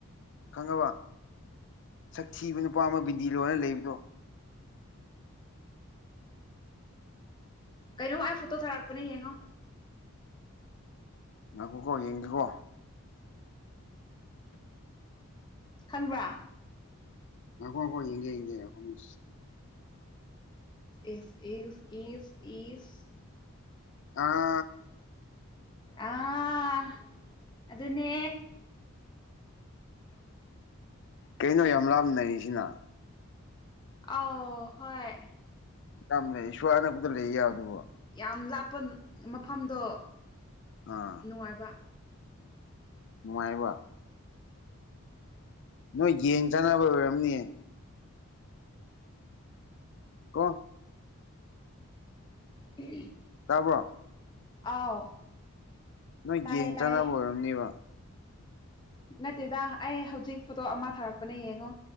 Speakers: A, on the left; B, on the left.
A: ꯈꯪꯉꯕ ꯁꯛ ꯊꯤꯕ ꯅꯨꯄꯥ ꯑꯃ ꯕꯤꯟꯗꯤ ꯂꯣꯜꯂ ꯂꯩꯕꯗꯣ
B: ꯀꯩꯅꯣꯝ ꯑꯩ ꯐꯣꯇꯣ ꯊꯥꯔꯛꯄꯅꯦ ꯌꯦꯡꯉꯣ
A: ꯉꯥꯏꯈꯣꯀꯣ ꯌꯦꯡꯒꯦꯀꯣ
B: ꯈꯪꯕ꯭ꯔꯥ
A: ꯉꯥꯏꯈꯣ ꯉꯥꯏꯈꯣ ꯌꯦꯡꯒꯦ ꯌꯦꯡꯒꯦ ꯉꯥꯏꯈꯣꯃꯤ
B: ꯏꯐ ꯏꯐ ꯏꯐ ꯏꯐ
A: ꯑꯥ
B: ꯑꯥ ꯑꯗꯨꯅꯦ
A: ꯀꯩꯅꯣ ꯌꯥꯝ ꯂꯥꯞꯅ ꯅꯩꯔꯤꯁꯤꯅ
B: ꯑꯥꯎ ꯍꯣꯏ
A: ꯌꯥꯝ ꯂꯩ ꯁ꯭ꯋꯥꯏ ꯑꯅꯛꯄꯗ ꯂꯩ ꯌꯥꯕꯗꯨꯕꯨ
B: ꯌꯥꯝ ꯂꯥꯞꯄ ꯃꯐꯝꯗꯣ
A: ꯑꯥ
B: ꯅꯨꯡꯉꯥꯏꯕ
A: ꯅꯨꯡꯉꯥꯏꯕ ꯅꯣꯏ ꯌꯦꯟ ꯆꯥꯅꯕ ꯑꯣꯏꯔꯝꯅꯤꯌꯦ ꯀꯣ
B: ꯎꯝꯍꯨꯝ
A: ꯇꯥꯕ꯭ꯔꯣ
B: ꯑꯥꯎ
A: ꯅꯣꯏ
B: ꯇꯥꯏꯌꯦ
A: ꯌꯦꯡ
B: ꯇꯥꯏꯌꯦ
A: ꯆꯥꯅꯕ ꯑꯣꯏꯔꯝꯅꯤꯕ
B: ꯅꯠꯇꯦꯗ ꯑꯩ ꯍꯧꯖꯤꯛ ꯐꯣꯇꯣ ꯑꯃ ꯊꯥꯔꯛꯄꯅꯦ ꯌꯦꯡꯉꯣ